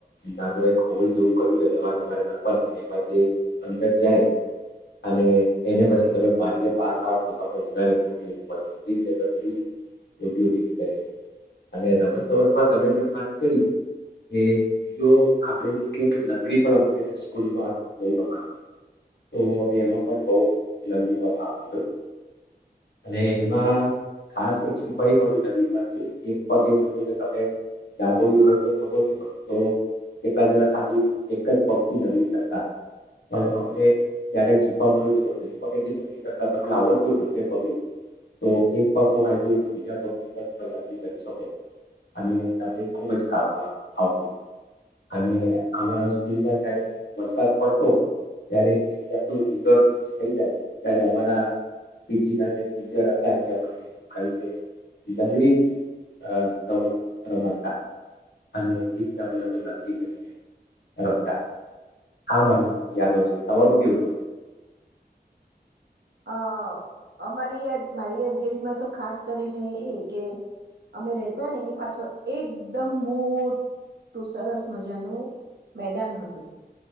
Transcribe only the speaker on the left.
નાનો એક હોલ જેવું કર્યું હો એવા તમારે નાખવાની અને એમાં જે અંદર જાય અને એને પછી તમે મારીને બહાર કાઢો તો તમને વધારે ગોટીઓ મળતી જે રીતે મેં ભરી ગોટીઓ ભેગી કરેલી અને રમત ગમતમાં તમે જેમ વાત કરી એ બીજો આપણે જે કહીએ કે લંગડી પણ અમને સ્કૂલમાં બહુ રમાડતા તો અમે એમાં પણ બહુ લગરીમાં ભાગ લીધો અને એમાં ખાસ એક સિપાહી મળી લગડી માં કે એક પગે સમજો કે તમે ડાબોળી હોય ને જમોડી હોય તો એકલા જણા ખાલી એક જ પગથી લંગડી કરતા પણ અમને ક્યારે શીખવા મળ્યું હો તો બે પગેથી લંગડી કરતાં તમને આવડતું હોય બંને પગે તો એક પગમાં વાગ્યુ હોય તો બીજા પગની પણ તમે લંગડી કરી શકો અને તમને ખૂબ જ કામમાં આવતું અને અમારા સ્કૂલમાં જ્યારે વરસાદ પડતો ત્યારે એક જાતનું ઈન્ડોર ગેમ્સ થઈ જાતી ત્યારે અમારા પીટીના જે ટીચર હતા એ અમને આવી રીતે લંગડીની અ રમત રમાતા અને એ રીતે અમે લોકો લંગડી કરીને રમતા હા મારી યાદો છે. તમારું કેવું હતું?